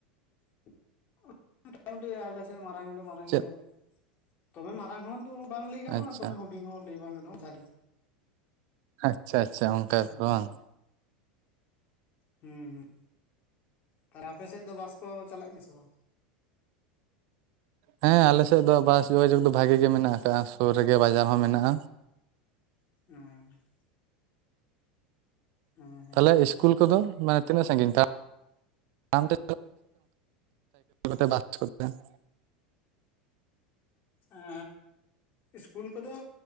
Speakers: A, on the left; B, on the right.
A: <unintelligible> ᱢᱚᱴᱟ ᱢᱩᱴᱤ ᱟᱞᱮ ᱥᱮᱫ ᱢᱟᱨᱟᱝ ᱫᱚ ᱢᱟᱨᱟᱝ
B: ᱪᱮᱫ
A: ᱜᱮ ᱭᱟ ᱫᱚᱢᱮ ᱢᱟᱨᱟᱝ ᱦᱚᱸ ᱫᱚ ᱵᱟᱝ ᱞᱟᱹᱭ ᱜᱟᱱᱚᱜᱼᱟ
B: ᱟᱪᱪᱷᱟ
A: ᱫᱚ ᱢᱮ ᱦᱩᱰᱤᱧ ᱦᱚᱸ ᱞᱟᱹᱭ ᱵᱟᱝ ᱜᱟᱱᱚᱜ-ᱟ <unintelligible>
B: ᱟᱪᱪᱷᱟ ᱟᱪᱪᱷᱟ ᱚᱱᱠᱟ <unintelligible>
A: ᱦᱮᱸ
B: ᱵᱟᱝ
A: ᱦᱮᱸ ᱦᱩᱸ ᱦᱩᱸ ᱛᱟᱦᱞᱮ ᱟᱯᱮ ᱥᱮᱫ ᱫᱚ ᱵᱟᱥ ᱠᱚ ᱪᱟᱞᱟᱜ ᱜᱮ ᱥᱮ ᱵᱟᱝ
B: ᱦᱮᱸ ᱟᱞᱮ ᱥᱮᱫ ᱫᱚ ᱵᱟᱥ ᱡᱳᱜᱟ ᱡᱳᱜᱽ ᱫᱚ ᱵᱷᱟᱜᱮ ᱜᱮ ᱢᱮᱱᱟᱜ ᱟᱠᱟᱜ ᱟ ᱥᱳᱨ ᱨᱮ ᱜᱮ ᱵᱟᱡᱟᱨ ᱦᱚᱸ ᱢᱮᱱᱟᱜᱼᱟ
A: <unintelligible> ᱦᱮᱸ ᱦᱮᱸ
B: ᱛᱟᱦᱞᱮ ᱤᱥᱠᱩᱞ ᱠᱚ ᱫᱚ ᱢᱟᱱᱮ ᱛᱤᱱᱟᱹᱜ ᱥᱟᱹᱜᱤᱧ ᱛᱟᱲ ᱟᱢ ᱛᱮ ᱯᱮ <unintelligible>
A: ᱮᱻ ᱤᱥᱠᱩᱞ ᱠᱚ ᱫᱚ